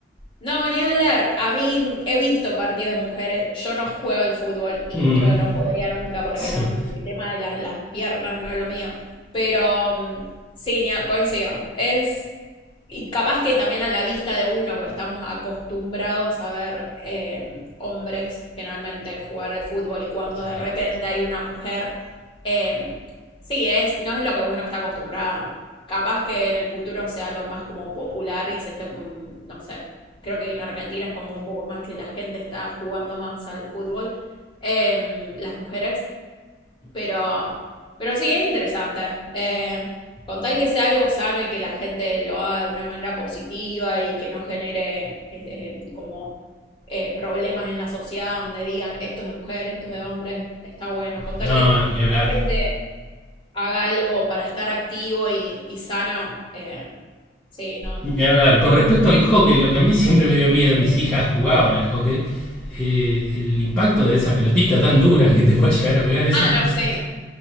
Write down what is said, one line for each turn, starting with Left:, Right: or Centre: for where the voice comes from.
Left: No, ni hablar. A mí mm, he visto partidos de mujeres. Yo no juego al fútbol y
Centre: Mm,
Left: creo que no podría nunca porque
Centre: sí.
Left: no, el tema de las las piernas no es lo mío. Pero mm, sí, ni ha- coincido. Es. Y capaz que también a la vista de uno, porque estamos acostumbrados a ver eh, hombres generalmente jugar al fútbol y cuando
Centre: Sí.
Left: de repente hay una mujer, eh, sí, es, no es lo que uno está acostumbrado. Capaz que en el futuro sea lo más como popular y se esté, mm, no sé, creo que en Argentina es como un poco más que la gente está jugando más al fútbol, em, las mujeres pero, pero sí, es interesante. Eh, con tal que sea algo sano y que la gente lo haga de una manera positiva y que no genere eh, eh, como eh, problemas en la sociedad donde digan esto es de mujer, esto es de hombre, está bueno. Con tal
Centre: No,
Left: que,
Centre: ni hablar.
Left: que la gente haga algo para estar activo y, y sano, eh, sí, no.
Centre: Ni hablar. Con respecto al hockey, lo que a mí siempre me dio miedo, mis
Left: eh.
Centre: hijas jugaban al hockey, eh, el impacto de esa pelotita tan dura que te puede llegar a pegar, eso
Left: Ah, no,
Centre: es-
Left: sí.